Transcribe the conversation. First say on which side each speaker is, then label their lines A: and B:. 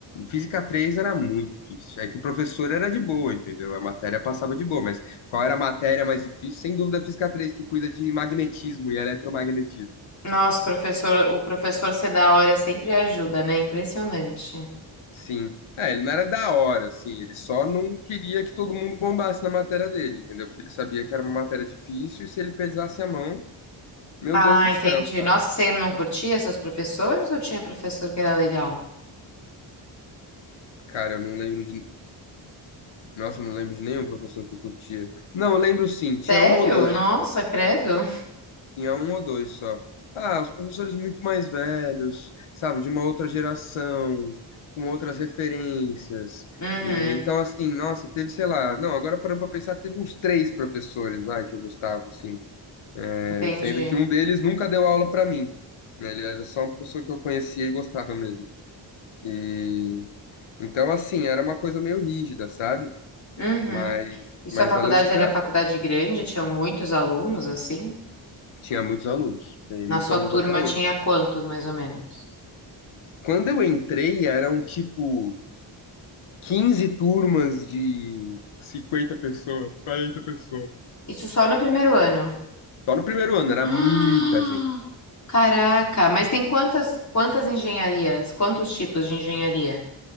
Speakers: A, on the left; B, on the left.
A: Física 3 era muito difícil. É que o professor era de boa, entendeu? A matéria passava de boa, mas qual era a matéria mais difícil? Sem dúvida, a Física 3, que cuida de magnetismo e eletromagnetismo.
B: Nossa, professor, o professor ser da hora sempre ajuda, né? Impressionante.
A: Sim. É, ele não era da hora, assim, ele só não queria que todo mundo bombasse na matéria dele, entendeu? Porque ele sabia que era uma matéria difícil e se ele pesasse a mão, meu
B: Ah,
A: Deus do
B: entendi.
A: céu, sabe?
B: Nossa, você não curtia seus professores ou tinha professor que era legal?
A: Cara, eu não lembro de. Nossa, eu não lembro de nenhum professor que eu curtia. Não, eu lembro sim, tinha
B: Sério?
A: um ou dois.
B: Nossa, credo.
A: Tinha um ou dois só. Ah, os professores muito mais velhos, sabe, de uma outra geração, com outras referências.
B: Uhum,
A: E, então, assim, nossa, teve, sei lá, não, agora parando pra pensar, teve uns três professores, vai, que eu gostava, assim. É,
B: entendi.
A: sendo que um deles nunca deu aula pra mim. né, Ele era só um professor que eu conhecia e gostava mesmo. E então, assim, era uma coisa meio rígida, sabe?
B: Uhum.
A: Mas,
B: E sua
A: mas
B: faculdade
A: valeu super
B: era
A: a...
B: faculdade grande? Tinha muitos alunos, assim?
A: Tinha muitos alunos, tem
B: Na
A: muitos
B: sua
A: alunos
B: turma
A: até hoje.
B: tinha quantos, mais ou menos?
A: Quando eu entrei, era um tipo 15 turmas de 50 pessoas, 40 pessoas.
B: Isso só no primeiro ano.
A: Só no primeiro ano,
B: <gasps>
A: era
B: Ah!
A: muita gente.
B: Caraca, mas tem quantas, quantas engenharias? Quantos tipos de engenharia?